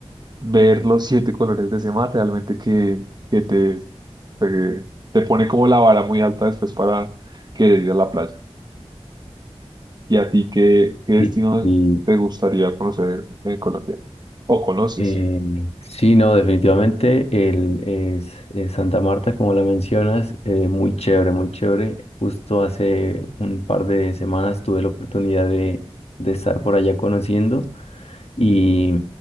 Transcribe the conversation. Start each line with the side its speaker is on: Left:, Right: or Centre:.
Right: ver los siete colores de ese mar realmente que, que te, te, te pone como la vara muy alta después para querer ir a la playa. ¿Y a ti qué, qué destino
Left: Sí, y,
Right: te gustaría conocer en, en Colombia? ¿O conoces?
Left: eh, sí, no, definitivamente el, es, es Santa Marta, como la mencionas, eh, muy chévere, muy chévere. Justo hace un par de semanas tuve la oportunidad de, de estar por allá conociendo. Y,